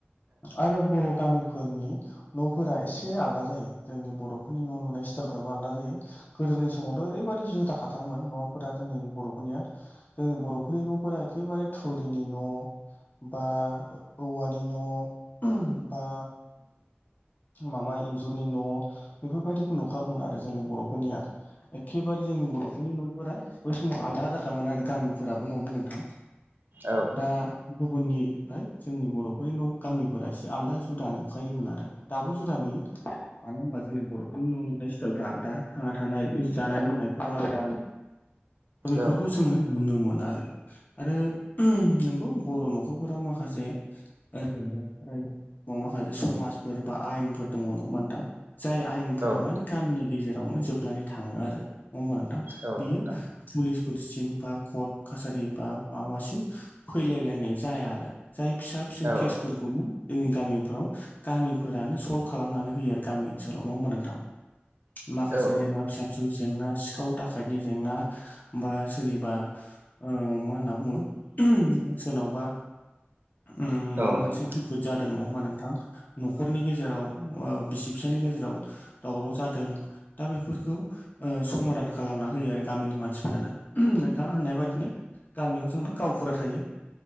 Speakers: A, on the left; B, on the right.
A: आरो बर' गामिफोरनि न'फोरा एसे आललादा जायो जोंनि बर'फोरनि न' लुनाय स्टाइलफ्राबो आलदा जायो। गोदोनि समावथ' ओरैबायदि जुदाखाथारमोन न'फोरा जोंनि बर'फोरनिया। जोंनि बर'फोरनि न'फोरा एखेबारे थुरिनि न' बा औवानि न' बा माबा इस जुरनि न' बेफोरबायदिखौ नुखागौमोन आरो जोंनि बर'फोरनिया एखेबारे जोंनि बर' जोर नि न'फोरा बै समाव आलदा जाखामोन आरो गामिफोराबो नंङा होनबा नोंथां
B: औ
A: दा गुबुननिफ्राय जोंनि बर'फोरनि' गामिफोरा एसे आलदा जुदा नुखायोमोन आरो। दाबु जुदा नुयो। मानो होनबा जोंनि बर'फोरनि न' लुनाय स्टाइलफ्रा आलदा थांना थानाय जानाय लोंनायफ्रा आलादा। दा बेफोरखौ
B: औ
A: जोंङो नुनो मोनो आरो। आरो नंगौ बर' न'खरफोराव माखासे ओ जेनेबा माखासे समाजफोर बा आयेनफोर दंङ नंङ थां जाय आयेनफोरा
B: नोंथां
A: मानि गामिनि गेजेरावनो जोबनानै थांङो आरो नंङा होमबा नोंथां?
B: औ
A: बियो
B: नोंथां
A: पुलिसफोरसिम बा कर्ट कासारि बा माबासिम फैलायलायनाय जाया आरो जाय फिसा फिसौ
B: औ
A: केसफोरखौ मा जोंनि गामिफ्राव गामिफोरानो सल्भ खालामनानै होयो आरो गामि ओनसोलाव नंङा हबा नोंथां? माखासे
B: औ
A: जेनेबा फिसा फिसौ जेंना सिखाव थाखायायनि जेंना बा सोरनिबा ओ मा होनना बुंङो सोरनावबा उम माबा
B: नोंथां
A: मोनसे खैफोद जादों नंङा होमबा नोंथां न'खरनि गेजेराव ओ बिसि फिसानि गेजेराव दावराव जादों दा बेफोरखौ समादान खालामना होयो आरो गामिनि मानसिफ्रानो नोंथांङा होननाय बायदिनो गामियाव जोंना गावबुरा थायो।